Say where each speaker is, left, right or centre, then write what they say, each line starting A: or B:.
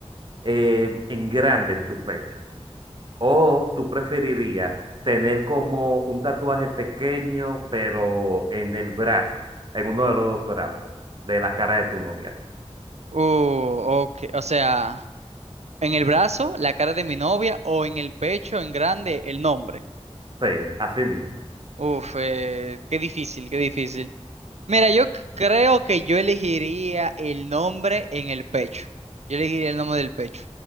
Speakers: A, on the right; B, on the right.
A: eh, en grande en tu pecho? ¿O tú preferirías tener como un tatuaje pequeño, pero en el brazo, en uno de los dos brazos, de la cara de tu novia?
B: Uh, ok, o sea, en el brazo, la cara de mi novia o en el pecho, en grande, el nombre.
A: Sí, así mismo.
B: Uf, eh, qué difícil, qué difícil. Mira, yo c- creo que yo elegiría el nombre en el pecho. Yo elegiría el nombre del pecho.